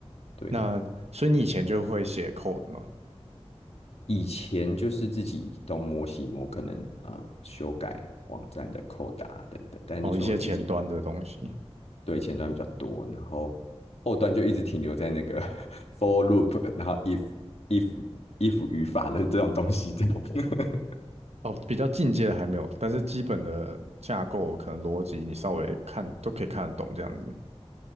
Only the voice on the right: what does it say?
那所以你以前就会写 code 嘛？
哦，一些前端的东西。
哦，比较进阶的还没有，但是基本的架构可能逻辑你稍微看都可以看得懂这样子。